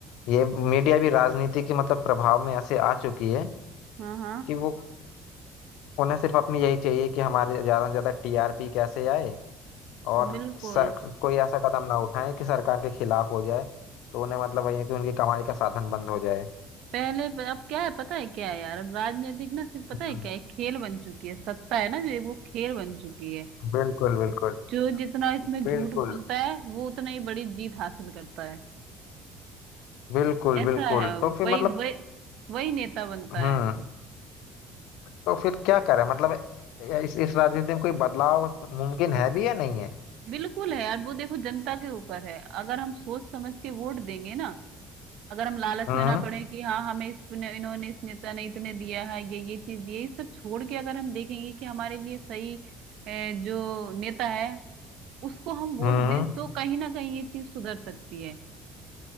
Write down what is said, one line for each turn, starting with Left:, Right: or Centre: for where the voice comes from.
Left: ये मीडिया भी राजनीति के मतलब प्रभाव में ऐसे आ चुकी है
Right: हाँ हाँ
Left: कि वो उन्हें सिर्फ अपनी यही चाहिए कि हमारे ज्यादा से ज्यादा टीआरपी कैसे आए और
Right: बिल्कुल
Left: सर, कोई ऐसा कदम ना उठाए कि सरकार के खिलाफ हो जाए तो उन्हें मतलब वही है कि उनकी कमाई का साधन बंद हो जाए
Right: पहले प- अब क्या है पता है क्या है यार अब राजनीतिक ना सिर्फ पता
Left: हम्म,
Right: है क्या है खेल बन चुकी है सत्ता है ना जो वो खेल बन चुकी है
Left: बिल्कुल बिल्कुल
Right: जो जितना इसमें झूठ
Left: बिल्कुल
Right: बोलता है वो उतना ही बड़ी जीत हासिल करता है
Left: बिल्कुल
Right: ऐसा
Left: बिल्कुल
Right: है
Left: तो फिर
Right: वही
Left: मतलब
Right: वही वही नेता बनता
Left: हम्म
Right: है
Left: तो फिर क्या करें मतलब इस इस राजनीति में कोई बदलाव मुमकिन है भी या नहीं है
Right: बिल्कुल है यार वो देखो जनता के ऊपर है अगर हम सोच समझ के वोट देंगे ना अगर हम लालच
Left: हम्म
Right: में ना पड़े कि हाँ हमें इस पुण्य- इन्होंने इस नेता ने इतने दिया है ये ये चीज दिए ये सब छोड़ के अगर हम देखेंगे कि हमारे लिए सही अ, जो नेता है उसको हम वोट
Left: हम्म
Right: दें तो कहीं ना कहीं ये चीज सुधर सकती है